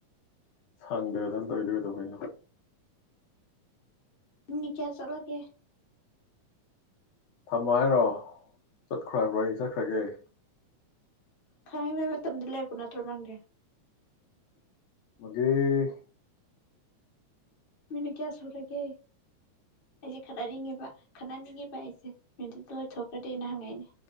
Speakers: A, on the left (about 75°); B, on the left (about 55°).
A: ꯁꯥꯡꯗꯦꯗꯥꯅ ꯇꯧꯋꯗꯣꯏ ꯀꯩꯗꯧꯕꯩꯅꯣ
B: ꯅꯤ ꯀꯌꯥ ꯆꯠꯂꯒꯦ
A: ꯊꯝꯃꯣ ꯍꯥꯏꯔꯣ ꯆꯠꯈ꯭ꯔꯣꯕ꯭ꯔꯣ ꯑꯩ ꯆꯠꯈ꯭ꯔꯒꯦ
B: ꯈꯪꯉꯉꯩ ꯃꯇꯝꯗꯤ ꯂꯩꯔꯛꯄ ꯅꯠꯇ꯭ꯔꯣ ꯅꯪꯗꯤ
A: ꯃꯗꯨꯒꯤ
B: ꯃꯤꯅꯨ ꯀꯌꯥ ꯁꯨꯔꯒꯦ ꯑꯩꯁꯦ ꯈꯗꯔꯤꯉꯦꯕ ꯈꯠꯍꯅꯤꯡꯉꯤꯕ ꯑꯩꯁꯦ ꯅꯨꯃꯤꯠꯇꯨꯗ ꯂꯣꯏꯊꯣꯛꯈ꯭ꯔꯗꯤꯩꯅ ꯍꯪꯉꯛꯏꯅꯦ